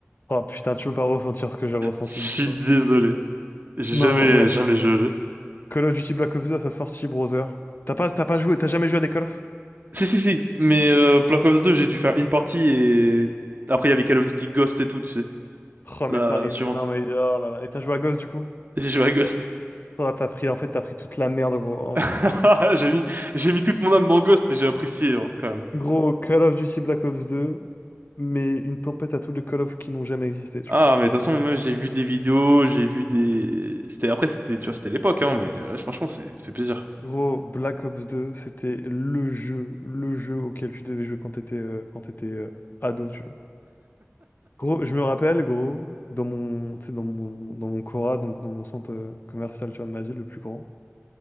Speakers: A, on the left (about 45°); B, on the right (about 45°).
A: Oh putain, tu peux pas ressentir ce que j'ai ressenti
B: Je suis
A: du coup.
B: désolé. J'ai
A: Non,
B: jamais, jamais joué au jeu.
A: Call of Duty Black Ops 2 à sa sortie, browser. T'as pas, t'as pas joué, t'as jamais joué à des Call of?
B: Si, si, si. Mais euh, Black Ops 2, j'ai dû faire une partie et après, il y avait Call of Duty Ghost et tout, tu sais.
A: Oh,
B: La
A: mais t'es arrivé.
B: suivante.
A: Non, mais oh là là. Et t'as joué à Ghost du coup?
B: J'ai joué à Ghost.
A: Oh, t'as pris, en fait, t'as pris toute la merde, gros. Oh
B: <laughs>
A: mon dieu.
B: J'ai mis, j'ai mis toute mon âme dans Ghost et j'ai apprécié, hein, quand même.
A: Gros, Call of Duty Black Ops 2, mais une tempête à tous les Call of qui n'ont jamais existé, tu
B: Ah,
A: vois.
B: mais de toute façon, même j'ai vu des vidéos, j'ai vu des. C'était après, c'était, tu vois, c'était l'époque, hein, mais euh, franchement, c'est, ça fait plaisir.
A: Gros, Black Ops 2, c'était le jeu, le jeu auquel tu devais jouer quand t'étais euh, quand t'étais euh, ado, tu vois. Gros, je me rappelle, gros, dans mon, tu sais, dans mon, dans mon Cora, donc dans mon centre euh, commercial, tu vois, de ma ville, le plus grand.